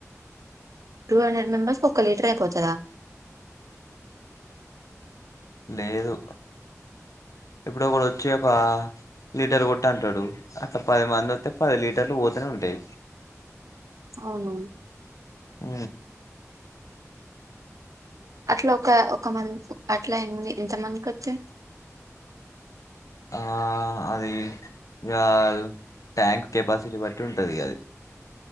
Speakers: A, on the right; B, on the left.
A: టూ హండ్రెడ్ మెంబర్స్కు ఒక్క లీటర్ అయిపోతదా
B: లేదు ఇప్పుడు ఒకడు వచ్చి ఒక లీటర్ కొట్టు అంటడు అ పది మంది పది లీటర్లు ఒక ఇక్కడే ఉంటాయి
A: అవును
B: ఊ
A: అట్ల ఒక
B: ఉమ్
A: ఒక మంచి అట్ల ఎన్ని ఎంత మందికి వత్తయి
B: ఆ అది ఇగ ట్యాంక్ కెపాసిటీ బట్టి ఉంటది ఇగ ఆది